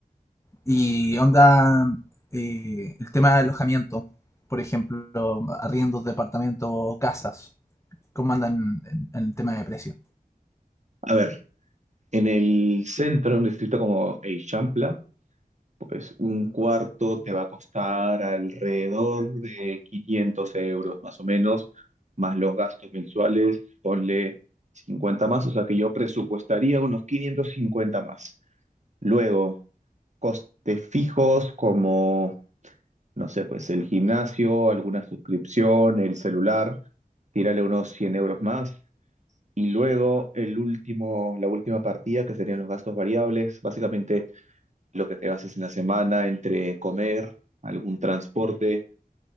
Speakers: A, on the left; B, on the right.
A: Y onda, eh, el tema de alojamiento, por ejemplo, arriendos, departamentos, casas, cómo andan en, en el tema de precio.
B: A ver, en el centro, en un distrito como Eixample, pues un cuarto te va a costar alrededor de 500 euros más o menos, más los gastos mensuales, ponle 50 más, o sea que yo presupuestaría unos 550 más. Luego, costes fijos como no sé, pues el gimnasio, alguna suscripción, el celular, tírale unos 100 euros más. Y luego el último, la última partida, que serían los gastos variables, básicamente lo que te gastes en la semana entre comer, algún transporte,